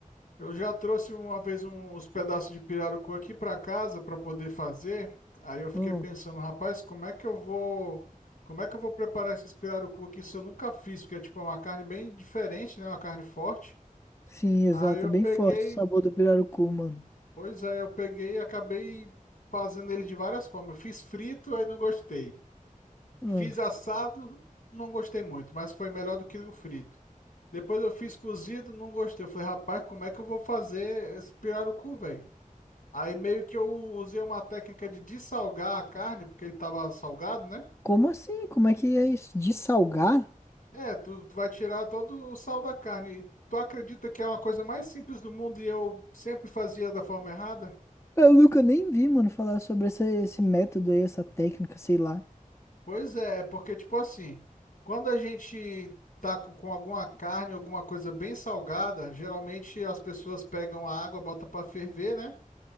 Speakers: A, on the left; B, on the left.
A: Eu já trouxe uma vez um- uns pedaços de pirarucu aqui para casa para poder fazer. Aí eu fiquei
B: Hum,
A: pensando, rapaz, como é que eu vou, como é que eu vou preparar esses pirarucu aqui se eu nunca fiz, porque é tipo é uma carne bem diferente, né? Uma carne forte.
B: sim, exato.
A: Aí eu
B: é Bem
A: peguei,
B: forte o sabor do pirarucu, mano.
A: pois é, eu peguei e acabei fazendo ele de várias formas. Eu fiz frito, aí não gostei.
B: Hum,
A: Fiz assado, não gostei muito, mas foi melhor do que o frito. Depois eu fiz cozido, não gostei. Eu falei, rapaz, como é que eu vou fazer esse pirarucu, velho? Aí meio que eu usei uma técnica de dessalgar a carne, porque ele tava salgado, né?
B: como assim? Como é que é isso? De salgar?
A: É, tu, tu vai tirar todo o sal da carne. E tu acredita que é uma coisa mais simples do mundo e eu sempre fazia da forma errada?
B: Eu nunca nem vi, mano, falar sobre essa, esse método aí, essa técnica, sei lá.
A: Pois é, é porque tipo assim, quando a gente tá com, com alguma carne, alguma coisa bem salgada, geralmente as pessoas pegam a água, botam para ferver, né?